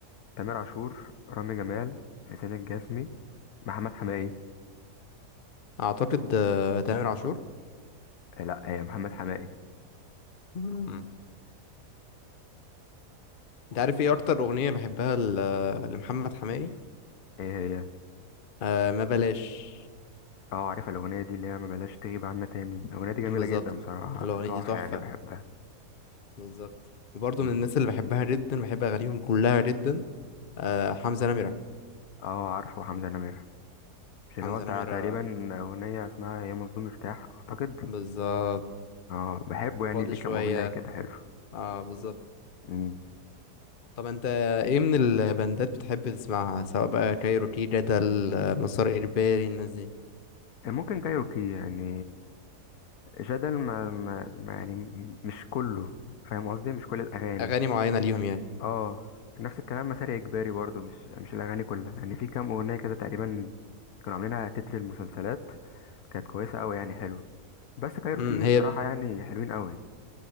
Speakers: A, on the left; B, on the left.
A: تامر عاشور رامي جمال حسين الجسمي محمد حماقي
B: أعتقد آه، تامر عاشور
A: آه لا آه محمد حماقي
B: مم. أنت عارف إيه أكتر أغنية بحبها ل- لمحمد حماقي؟
A: ايه هي
B: آه ما بلاش
A: اه عارف الاغنيه دي اللي هي ما بلاش تغيب عنا تاني الاغنيه دي جميله
B: بالظبط
A: جدا بصراحه
B: الأغنية
A: تحفه
B: دي تحفة
A: يعني بحبها
B: بالظبط وبرضه
A: مم.
B: من الناس اللي بحبها جدا بحب اغانيهم كلها جدا آه حمزة نمرة
A: اه عارفه حمزه نمير مش اللي
B: حمزة
A: هو بتاع
B: نمرة
A: تقريبا اغنيه اسمها يا مظلوم ارتاح اعتقد
B: بالظبط
A: اه بحبه يعني
B: فاضي
A: ليه
B: شوية
A: كام اغنيه كده حلو
B: اه بالظبط
A: مم.
B: طب انت ايه من البندات بتحب تسمعها سواء بقى كايروكي جدل آه، مسار اجباري الناس دي
A: آه، ممكن كايروكي يعني جدل ما, ما, ما يعني م- مش كله فاهم قصدي مش كل الاغاني
B: اغاني معينة ليهم يعني
A: اه نفس الكلام مسار اجباري برضو مش مش الاغاني كلها يعني في كام اغنيه كده تقريبا كانوا عاملينها تتر المسلسلات كانت كويسه قوي يعني حلو بس كايروكي
B: امم هي
A: بصراحه يعني حلوين قوي